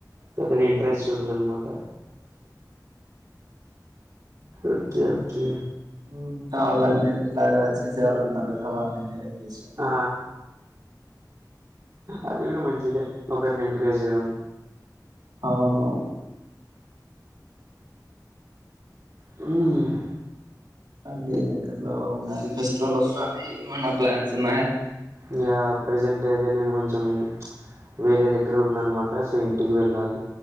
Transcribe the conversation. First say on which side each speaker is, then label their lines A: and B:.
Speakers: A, on the right; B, on the right.
A: పెద్దగా ఇంట్రెస్ట్ చూపిలఅనమాట ఓకే ఓకే
B: ఉ కావాలంటే మీ లాగా చేసే వాళ్ళు ఉంటారు కదా వాళ్ళని ఎంకరేజ్ చేస్తున్నా
A: ఆ అది కూడా మంచిదే ఒకరిని ఎంకరేజ్ చేయడం
B: అవునువును
A: మ్
B: అండి దగ్గరలో ఫెస్టివల్ వస్తుని ఏమన్నా ప్లాన్స్ ఉన్నాయా
A: ఇక ప్రజెంట్ అయితే నేను కొంచెం వేరే దగ్గర ఉన్నానమాట సో ఇంటికి వెళ్ళాలి